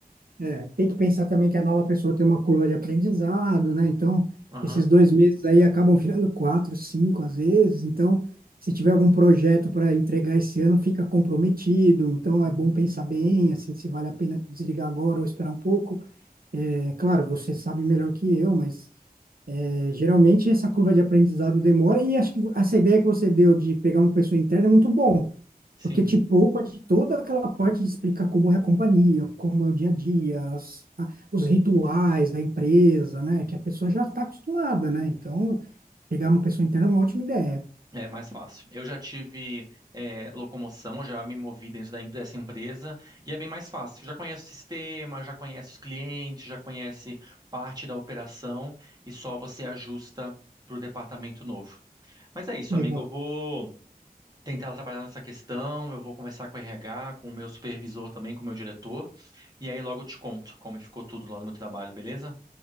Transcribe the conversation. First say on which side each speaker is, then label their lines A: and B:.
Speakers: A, on the right; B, on the right.
A: É, tem que pensar também que a nova pessoa tem uma curva de aprendizado, né? Então,
B: Aham,
A: esses dois meses aí acabam virando quatro, cinco às vezes. Então, se tiver algum projeto para entregar esse ano, fica comprometido. Então,
B: uhum,
A: é bom pensar bem, assim, se vale a pena desligar agora ou esperar um pouco. É, claro, você sabe melhor que eu, mas é, geralmente essa curva de aprendizado demora. E acho que essa ideia que você deu de pegar uma pessoa interna é muito bom,
B: sim.
A: porque te poupa de toda aquela parte de explicar como é a companhia, como é o dia a dia, as- a- os rituais da empresa, né? Que a pessoa já está acostumada, né? Então, pegar uma pessoa interna é uma ótima ideia.
B: É mais fácil. Eu já tive é, locomoção, já me movi dentro da, em- dessa empresa e é bem mais fácil. Já conhece o sistema, já conhece os clientes, já conhece parte da operação e só você ajusta para o departamento novo. Mas é isso,
A: Legal.
B: amigo. Eu vou tentar trabalhar nessa questão. Eu vou conversar com o RH, com o meu supervisor também, com o meu diretor. E aí logo eu te conto como ficou tudo lá no meu trabalho, beleza?